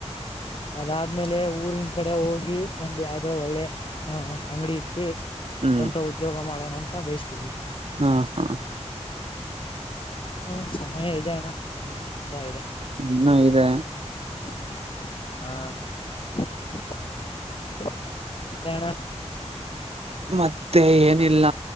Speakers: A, on the left; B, on the right.
A: ಅದಾದ್ಮೇಲೆ ಊರಿನ್ ಕಡೆ ಹೋಗಿ ಒಂದ ಯಾವ್ದ ಒಳ್ಳೆ. ಹಾ ಹಾ ಅಂಗಡಿ ಇಟ್ಟೆ
B: ಹ್ಮ್
A: ಸ್ವಂತ ಉದ್ಯೋಗ ಮಾಡೋಣ ಅಂತ ಬಯಸ್ತಿದ್ವಿ
B: ಹಾ ಹಾ
A: ಹು ಸಮಯ ಇದೆ ಅಣ್ಣ <inaudible> ಇನ್ನೂ ತುಂಬಾ ಇದೆ.
B: ಇನ್ನ ಇದೆ
A: <unintelligible> ಹಾ <inaudible> <unintelligible> ಮತ್ತೆ ಅಣ್ಣ
B: ಮತ್ತೆ ಏನಿಲ್ಲ